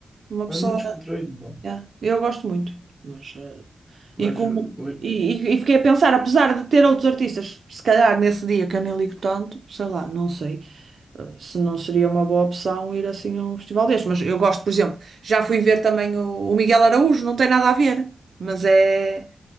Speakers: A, on the right; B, in the centre.
A: Uma
B: É
A: pessoa
B: muito descontraído, mano.
A: Yeah, Eu gosto muito. Mas, eh,
B: mas,
A: e, como-
B: mas
A: e- e- e fiquei a pensar, apesar de ter outros artistas, se calhar nesse dia que eu nem ligo tanto, sei lá, não sei, eh, se não seria uma boa opção ir assim a um festival deste. Mas eu gosto, por exemplo, já fui ver também o, o Miguel Araújo, não tem nada a ver, mas é,